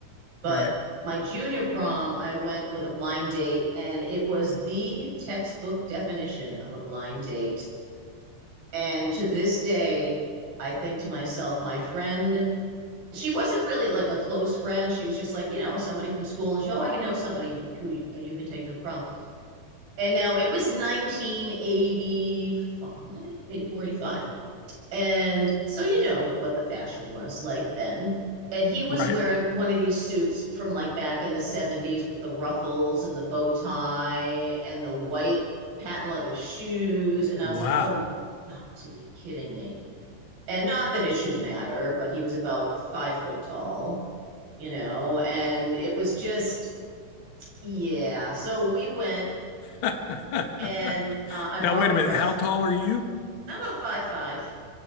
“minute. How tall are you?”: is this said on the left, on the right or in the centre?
Left